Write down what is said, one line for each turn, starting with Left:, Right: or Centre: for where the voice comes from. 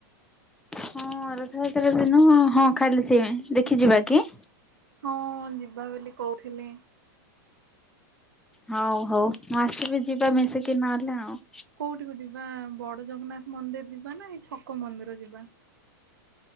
Centre: ହଁ, ରଥଯାତ୍ରା ଦିନ ହଁ ଖାଲି ଥିବି। ଦେଖିଯିବା କି?
Right: ହଁ, ଯିବା ବୋଲି କହୁଥିଲେ।
Centre: ହଁ, ହଉ। ମୁଁ ଆସିବି, ଯିବା ମିଶିକି। ନହେଲେ ଆଉ।
Right: କୋଉଠିକୁୁ ଯିବା? ବଡ ଜଗନ୍ନାଥ ମନ୍ଦିର ଯିବା ନା ଛକ ମନ୍ଦିର ଯିବା?